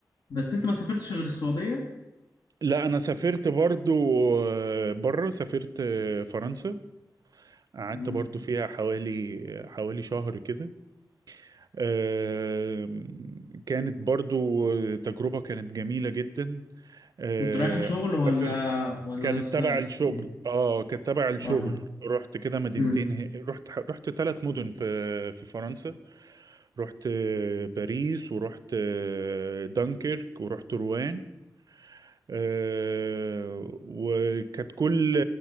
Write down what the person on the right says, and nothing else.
لا انا سافرت برضو آه، بره سافرت آه، فرنسا قعدت
برضو فيها حوالي آه، حوالي شهر كده آه، كانت برضو تجربة كانت جميلة جدا آه،
سافرت
كانت
تبع الشغل
اه كانت تبع الشغل
رحت كده مدينتين
هي- رحت رحت ثلاث مدن في في فرنسا رحت آه، باريس ورحت آه، دانكيرك ورحت روان آه، وكانت كل